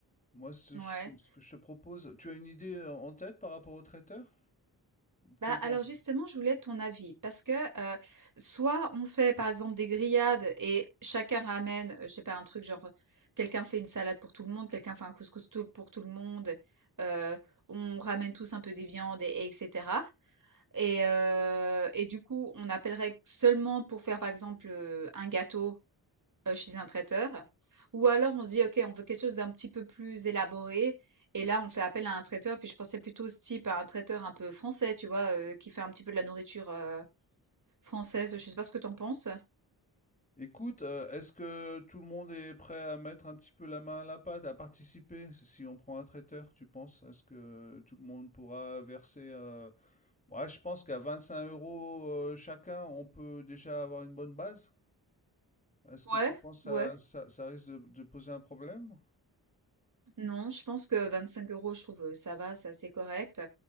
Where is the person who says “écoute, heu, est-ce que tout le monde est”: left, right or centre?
Left